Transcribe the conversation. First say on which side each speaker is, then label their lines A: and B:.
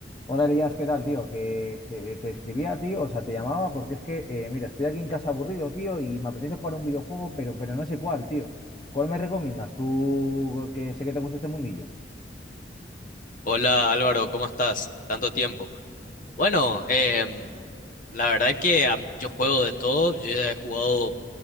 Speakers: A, on the left; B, on the left.
A: Hola Elías, ¿qué tal, tío? Que te, te escribía, tío, o sea, te llamaba porque es que, eh, mira, estoy aquí en casa aburrido, tío, y me apetece jugar a un videojuego, pero, pero no sé cuál, tío. ¿Cuál me recomiendas tú que sé que te gusta este mundillo?
B: Hola Álvaro, ¿cómo estás? Tanto tiempo. Bueno, em, la verdad que am- yo juego de todo, yo ya he jugado